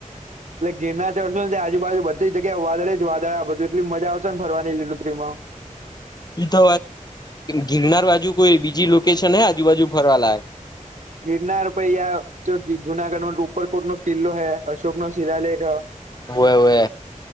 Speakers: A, on the right (about 60°); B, on the left (about 30°).
A: એટલે ગીરના ચઢશો ને આજુબાજુ બધી જગ્યા વાદળી જ વાદળ આ બધું એટલી મજા આવશેને ફરવાની લીલુંતરીમાં હ
B: તો ગિરનાર બાજુ કોઈ બીજી લોકેશન હ આજુબાજુ ફરવા લાયક
A: ગિરનાર પાઈ જુનાગઢ ન ઉપરકોટ નો કિલ્લો હૈ અશોક નો શિલાલેખ હ
B: હોવે હોવે